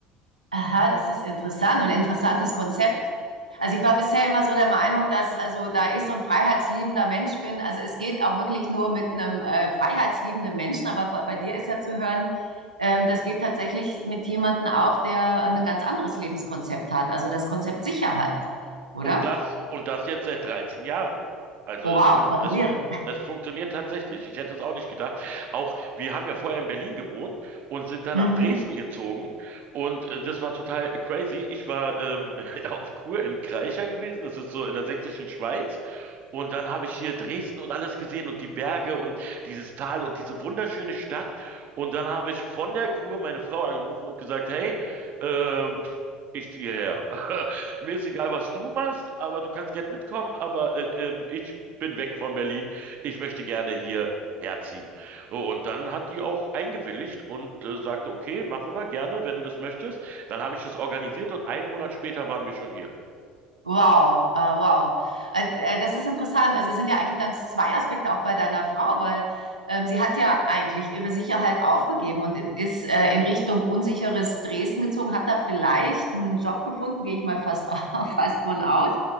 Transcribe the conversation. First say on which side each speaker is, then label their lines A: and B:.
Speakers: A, on the right (about 85°); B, on the right (about 45°).
A: Aha, das ist interessant und ein interessantes Konzept. Also ich war bisher immer so der Meinung, dass also da ich so ein freiheitsliebender Mensch bin, also es geht auch wirklich nur mit einem äh, freiheitsliebenden Menschen, aber f- bei dir ist ja zu hören, ähm, das geht tatsächlich mit jemandem auch, der ein ganz anderes Lebenskonzept hat, also das Konzept Sicherheit, oder?
B: Und das, und das jetzt seit 13 Jahren. Also
A: Oh
B: es,
A: wow,
B: fun
A: gratuliere.
B: es, es funktioniert tatsächlich. Ich hätte es auch nicht gedacht. Auch wir haben ja vorher in Berlin gewohnt und sind dann
A: Mhm.
B: nach Dresden gezogen. Und äh, das war total crazy. Ich war ähm, <laughs> auf Kur in Kreischer gewesen. Das ist so in der sächsischen Schweiz. Und dann habe ich hier Dresden und alles gesehen und die Berge und dieses Tal und diese wunderschöne Stadt. Und dann habe ich von der Kur meine Frau angerufen und gesagt, hey, ähm, pff, ich ziehe her. <laughs> Mir ist egal, was du machst, aber du kannst gerne mitkommen, aber äh, ähm, ich bin weg von Berlin. Ich möchte gerne hier herziehen. So, Und dann hat die auch eingewilligt und äh, sagte, okay, machen wir gerne, wenn du das möchtest. Dann habe ich das organisiert und einen Monat später waren wir schon hier.
A: Wow, äh, wow. Also, äh, das ist interessant. Also es sind ja eigentlich dann zwei Aspekte auch bei deiner Frau, weil ähm, sie hat ja eigentlich ihre Sicherheit aufgegeben und in, ist äh, in Richtung unsicheres Dresden gezogen, hat da vielleicht einen Job gefunden, gehe ich mal fast, <laughs> fast von aus.